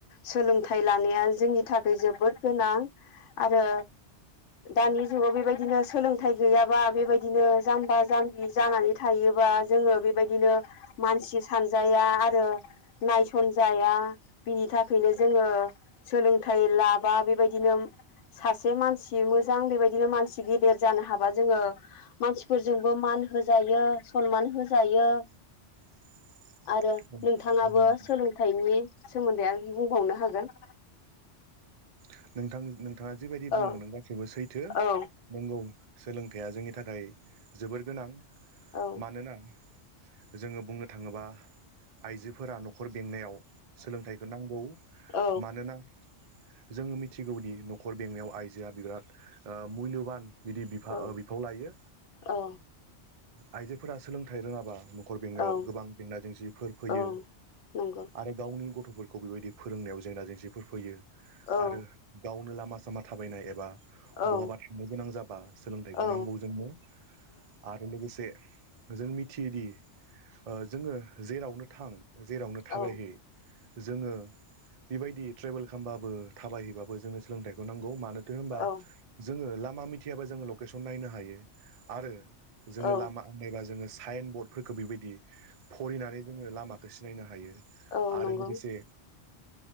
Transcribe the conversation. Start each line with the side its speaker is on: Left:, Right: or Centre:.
Left: सोलोंथाइ लानाया जोंनि थाखाय जोबोद गोनां आरो दानि जुगाव बेबायदिनो सोलों -थाइ गैयाबा बेबायदिनो जाम्बा जाम्बि जानानै थायोबा जोङो बेबायदिनो मान -मसि सानजाया आरो नायसन जाया बिनि थाखायनो जोङो <unintelligible> सोलोंथाइ लाबा बेबायदिनो सासे मानसि मोजां बेबायदिनो मानसि गेदेर जानो हाबा जोङो मानसिफोरजोंबो मान होजायो सनमान होजायो।
Right: <inaudible>
Left: आरो
Right: औ
Left: नोंथाङाबो
Right: औ नंगौ
Left: सोलोंथाइनि सोमोन्दैआरो बुंबावनो हागोन।
Right: उ <unintelligible> नोंथां नोंथाङा जिबायदि बुंलांदों
Left: औ
Right: गासिबो सैथो ।
Left: औ
Right: नोंगौ सोलों -थाया जोंनि थाखाय जोबोर गोनां
Left: औ
Right: मानोना जोङो बुंनो थाङोबा आइजोफोरा न'खर बेंनायाव सोलोंथाइखौ नांगौ
Left: औ
Right: मानोना जोङो मि -थिगौदि न'खर बेंनायाव आइजोआ बिराद ओ मुल्यबान बिदि बिफा-
Left: औ
Right: ओ बिफाव लायो
Left: औ
Right: आइजोफोरा सोलोंथाइ रोङाबा न'खर बेंनायाव
Left: औ
Right: गोबां जेंना जेंसिफोर फैयो
Left: औ नंगौ
Right: आरो गावनि गथ'फोरखौ -खौ बेबायदि फोरोंनायाव जेंना जेंसिफोर फैयो
Left: औ
Right: आरो गावनो लामा सामा थाबायनाय एबा
Left: औ
Right: बहाबा थांनो गोनां जाबा सोलोंथाइखौ
Left: औ
Right: नांगौ जोंनो आरो लोगोसे जों मिथियोदि ओ जोङो जेरावनो थां जेरावनो थाबायहै
Left: औ
Right: जोङो बेबायदि ट्रेभेल खामबाबो थाबायहैबाबो जोंनो सोलोंथाइखौ नांगौ मानोथो होनबा
Left: औ
Right: जोङो लामा मिथियाबा जोङो लकेसन नायनो हायो। आरो जोङो
Left: औ
Right: लामा आन्दनायबा जोङो साइन बर्डफोरखौ बेबायदि फरिनानै जोङो लामाखौ सिनायनो हायो
Left: औ
Right: आरो
Left: नंगौ
Right: लोगोसे